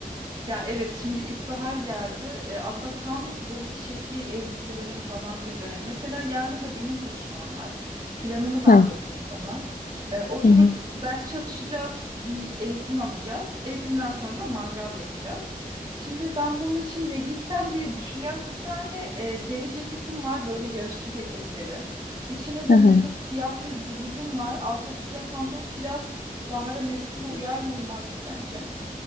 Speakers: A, on the right; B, on the left.
A: Ya evet şimdi ilkbahar geldi. E, aslında tam böyle çiçekli elbiselerin falan bir dönem. Mesela yarın da benim buluşmam var. Planımı da
B: Hıh.
A: anlatayım sana. E, oturup
B: Hı hı.
A: ders çalışacağız, bir eğitim alacağız. Eğitimden sonra da mangal yakacağız. Şimdi ben bunun için ne giysem diye düşünüyorum. Bir tane e, deri ceketim var böyle yarışçı ceketleri. İçine de
B: Hı hı.
A: mesela siyah bir bluzum var. Altta da siyah pantolon. Biraz bahara mevsime uyar mı uymaz mı sence?